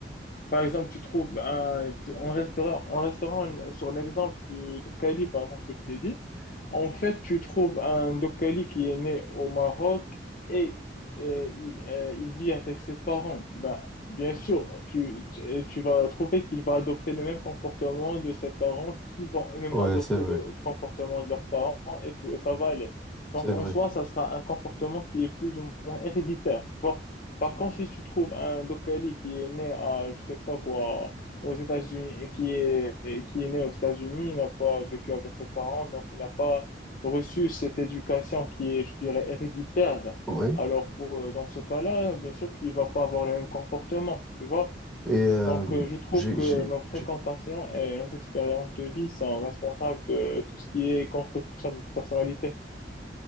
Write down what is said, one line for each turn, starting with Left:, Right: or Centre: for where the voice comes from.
Left: par exemple, tu trouves un, en restaurant, en restaurant, sur l'exemple du Dokkali, par exemple, que je t'ai dit, en fait, tu trouves un Dokkali qui est né au Maroc et, et il, euh, il vit avec ses parents. Ben, bien sûr, tu, tu, et tu vas trouver qu'il va adopter le même comportement de ses parents qui vont eux-mêmes
Centre: ouais,
Left: adopter
Centre: c'est vrai,
Left: le comportement de leurs parents et tout, et ça va aller.
Centre: c'est
Left: Donc,
Centre: vrai.
Left: en soi, ça sera un comportement qui est plus ou moins héréditaire. tu vois. Par contre, si tu trouves un Dokali qui est né à, je sais pas quoi, aux États-Unis, et qui est, qui est né aux États-Unis, il n'a pas vécu avec ses parents, donc il n'a pas reçu cette éducation qui est, je dirais, héréditaire.
Centre: Oui,
Left: Alors, pour, euh, dans ce cas-là, bien sûr qu'il va pas avoir le même comportement, tu vois.
Centre: et euh,
Left: Donc, euh, je trouve
Centre: j'ai,
Left: que
Centre: j'ai-
Left: nos fréquentations
Centre: j'ai-
Left: et nos expériences de vie sont responsables de tout ce qui est construction de notre personnalité.